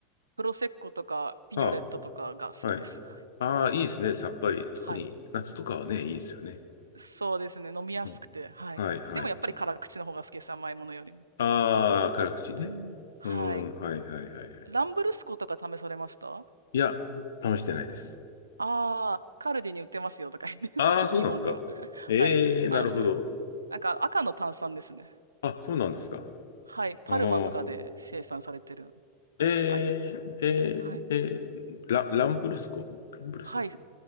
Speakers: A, on the right; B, on the left.
A: プロセッコとかピニョレットとかが好きです。
B: ああ、はい。
A: はい。
B: ああ、いいですね、さっぱり。特に夏とかはね、
A: はい。
B: いいですよね。
A: そうですね。飲みやすくて。
B: うん。
A: はい。
B: はいはい。
A: でもやっぱり辛口の方が好きです。甘いものよりも。
B: ああ、辛口ね。
A: うんはい。
B: うん、はいはいはいはい。
A: ランブルスコとか試されましたあ
B: いや、試してないです。
A: あー、カルディに売ってますよとか言って。<laughs>
B: ああ、そうなんですか。
A: 日本でも。
B: ええ、
A: はい。
B: なるほど。
A: あの、なんか赤の炭酸ですね。
B: あ、そうなんですか。
A: はい。パルマとかで生産されてる
B: あーえー、
A: ワインです。
B: えー、
A: はい。
B: えー、ラ、ランブルスコ。ランブルスコ。
A: はい。